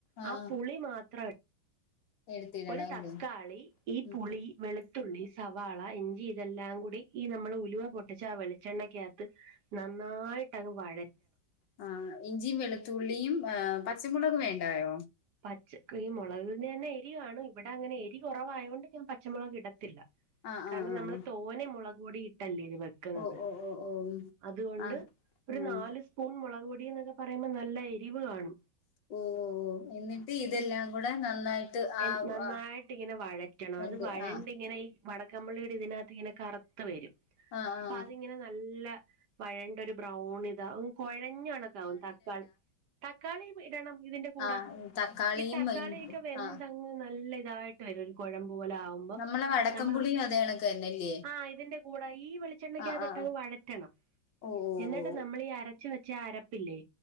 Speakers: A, on the left; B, on the right.
A: ആഹ്
B: ആ പുളി മാത്ര
A: എടുത്തിടണം
B: ഒരു തക്കാളി
A: അല്ലേ
B: ഈ
A: ഉം
B: പുളി വെളു ത്തുള്ളി, സവാള, ഇഞ്ചി, ഇതെല്ലാം കൂടി ഈ നമ്മൾ ഉലുവ പൊട്ടിച്ച ആ വെളിച്ചെണ്ണക്കാത്ത് നന്നായിട്ടങ്ങ് വയറ്റാ
A: ആ ഇഞ്ചിംവെളുത്തുള്ളിയും പച്ചമുളക് വേണ്ടായോ?
B: പച്ചക്ക് ഈ മൊളക്നന്നെ എരികാണും ഇവടങ്ങനെ എരി കൊറവായോണ്ട് ഞാൻ പച്ചമൊളകിടത്തില്ല.
A: ആഹ്
B: കാരണം
A: ആഹ്
B: നമ്മള്
A: ആഹ്
B: തോനെ മൊളക് പൊടി ഇട്ടല്ലേ <unintelligible> വെക്ക്ണത്
A: ഓഹ് ഓഹ് ഓഹ് ഓഹ്
B: അതുകൊണ്ട്
A: ആഹ്
B: ഒരു
A: ആഹ്
B: നാല് സ്പൂ സ്പ്പൂൺ മൊളക് പൊടി എന്നൊക്കെ പറയുമ്പോ നല്ല എരിവ് കാണും
A: ഓ ഓ എന്നിട്ട് ഇതെല്ലാം കൂടെ നന്നായിട്ട് ആ
B: എഹ് നന്നായിട്ടിങ്ങനെ
A: ആ
B: വഴറ്റണം
A: ഉണ്ട്
B: അത് വഴണ്ടിങ്ങനെ
A: ആ
B: ഈ വടക്കംമ്പുള്ളിയുടെ ഇതിനകത്തിങ്ങനെ കറ്ത്ത് വെരും
A: ആഹ ആഹ
B: ഇങ്ങനെ നല്ല വഴണ്ടൊരു ബ്രൗണിതാ ഹാഹൂ കൊഴഞ്ഞണക്കാവും തക്കാളി തക്കാളി ഇടണം ഇതിന്റെ കൂടെ
A: ആ തക്കാളിയും
B: ഈ തക്കാളിയൊക്കെ
A: ഇഞ്ചി-
B: വെന്ത്
A: ആ
B: നല്ല ഇതായിട്ട് വരും ഒരു കുഴമ്പുപോലെ ആകും <unintelligible>
A: നമ്മളെ വടക്കംപുളിയും
B: നമ്മള
A: അതേ കണക്ക് തന്നെല്ലേ
B: ആ ഇതിന്റെ കൂടെ ഈ വെളിച്ചെണ്ണക്ക
A: ആ
B: അത്
A: ആ
B: ഇട്ടങ്
A: ആ.
B: വഴറ്റണം
A: ഓ ഓ
B: എന്നിട്ട്
A: ഓ
B: നമ്മളീ അരച്ചുവ ച്ചാ അരപ്പില്ലേ